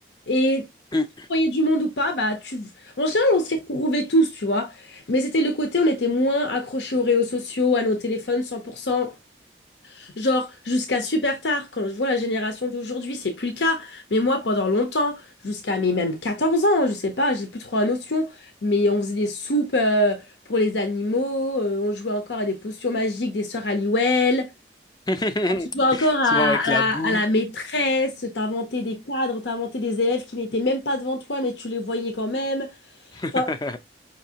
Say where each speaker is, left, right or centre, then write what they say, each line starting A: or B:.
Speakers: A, on the left (about 75°); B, on the left (about 20°).
A: Et
B: Mm.
A: tu voyais du monde ou pas, bah, tu... En général, on s'y retrouvait tous, tu vois. Mais c'était le côté, on était moins accrochés aux réseaux sociaux, à nos téléphones 100%. Genre, jusqu'à super tard, quand je vois la génération d'aujourd'hui, c'est plus le cas. Mais moi, pendant longtemps, jusqu'à mes même 14 ans, je sais pas, j'ai plus trop la notion, mais on faisait des soupes euh, pour les animaux, euh, on jouait encore à des potions magiques des sœurs Halliwell,
B: <laughs>
A: tu jouais encore à,
B: Souvent avec
A: à
B: la
A: la,
B: boue.
A: à la maîtresse, t'inventais des cadres, t'inventais des élèves qui n'étaient même pas devant toi, mais tu les voyais quand même.
B: <laughs>
A: Enfin,